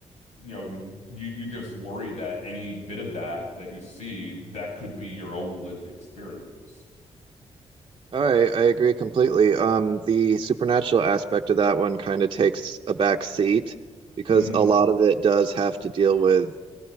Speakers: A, on the left; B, on the right.
A: you know, you you just worry that any bit of that that you see that could be your own lived experience.
B: All right, I agree completely. Um, the supernatural aspect of that one kind of takes a back seat because
A: Mm,
B: a lot of it does have to deal with